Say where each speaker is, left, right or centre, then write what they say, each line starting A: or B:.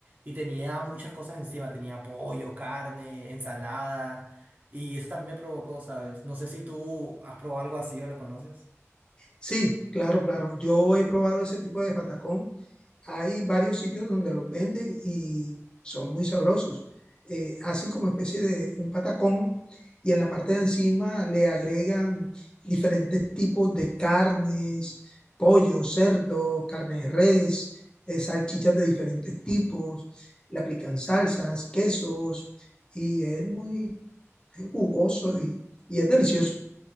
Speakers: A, on the right; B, on the left.
A: y tenía muchas cosas encima, tenía pollo, carne, ensalada y eso también me provocó, ¿sabes? No sé si tú has probado algo así o lo conoces.
B: Sí, claro, claro. Yo he probado ese tipo de patacón hay varios sitios donde los venden y son muy sabrosos. Eh, hacen como especie de un patacón y en la parte de encima le agregan diferentes tipos de carnes, pollo, cerdo, carne de res, eh, salchichas de diferentes tipos, le aplican salsas, quesos y es muy es jugoso y, y es delicioso.